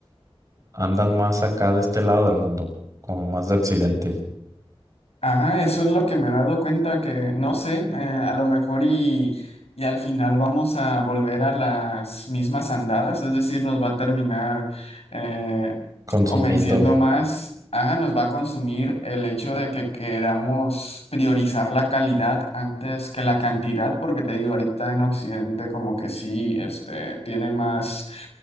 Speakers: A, on the right (about 35°); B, on the left (about 80°).
A: andan más acá de este lado del mundo, como más de occidente,
B: Ajá, eso es lo que me he dado cuenta, que no sé, eh, a lo mejor y, y al final vamos a volver a las mismas andadas, es decir, nos va a terminar eh,
A: consumiendo.
B: convenciendo más, ajá, nos va a consumir el hecho de que queramos priorizar la calidad antes que la cantidad, porque te digo, ahorita en Occidente como que sí, este, tiene más